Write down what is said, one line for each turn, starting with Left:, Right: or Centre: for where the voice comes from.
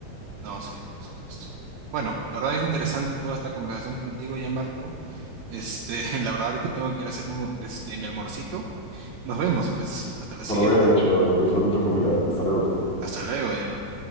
Right: No, sí, por supuesto. Bueno, la verdad es interesante toda esta conversación contigo ya, Marco. Este, <laughs> la verdad ahorita tengo que ir a hacerme un- este, mi almorcito. Nos vemos, pues, hasta la siguiente.
Centre: Provecho, disfruta tu comida. Hasta luego.
Right: Hasta luego, ya, Marco.